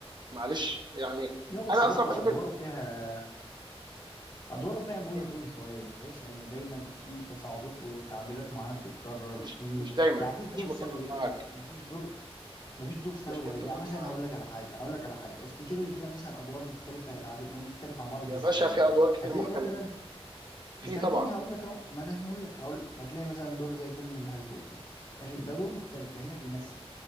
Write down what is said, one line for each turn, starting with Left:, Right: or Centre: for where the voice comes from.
Right: معلش يعني
Left: لا بس
Right: انا
Left: برضه
Right: اصلا بشوف
Left: ادواره
Right: إن-
Left: فيها ادواره فيها مونوتون
Right: إيه،
Left: شويه تحس ان دايما في تصاعدات وتعبيرات معينه بتتكرر
Right: مش
Left: في
Right: مش دايما
Left: يعني مفيش دور
Right: مش متفق
Left: ثوري
Right: معاك
Left: قوي مفيش دور مفيش دور ثوري
Right: مش متفق
Left: قوي يعني مثلا
Right: معاك
Left: هقول لك على حاجه هقول لك على حاجه افتكر لي كده مثلا ادوار مختلفه لعادل امام مختلفه عن بعض
Right: يا
Left: جذريا
Right: باشا في ادوار كتير
Left: هتلاقي
Right: مختلفه
Left: مثلا
Right: في
Left: استناني
Right: طبعا
Left: هقول لك اهو ما انا هقول لك هقول لك هتلاقي مثلا دور زي فيلم الهلفوت مثلا ماشي ده دور مختلف ده هنا بيمثل